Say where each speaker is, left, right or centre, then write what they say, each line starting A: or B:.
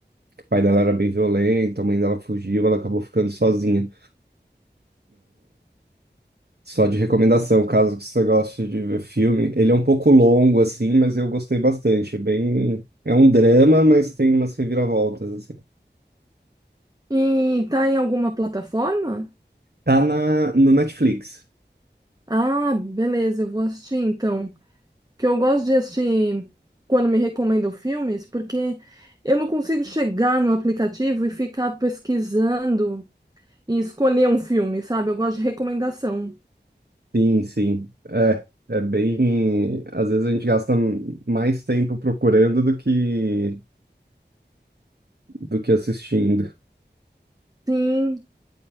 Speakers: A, on the right (about 60°); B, on the right (about 20°).
A: O pai dela era bem violento, a mãe dela fugiu, ela acabou ficando sozinha. né? Só de recomendação, caso você goste de ver filme. Ele é um pouco longo, assim, mas eu gostei bastante. É Bem... É um drama, mas tem umas reviravoltas, assim.
B: e tá em alguma plataforma?
A: Tá na... no Netflix.
B: Ah, beleza, eu vou assistir então. Que eu gosto de assistir quando me recomendam filmes, porque eu não consigo chegar no aplicativo e ficar pesquisando e escolher um filme, sabe? Eu gosto de recomendação.
A: Sim, sim. É, é bem... Às vezes a gente gasta mais tempo procurando do que, do que assistindo.
B: Sim,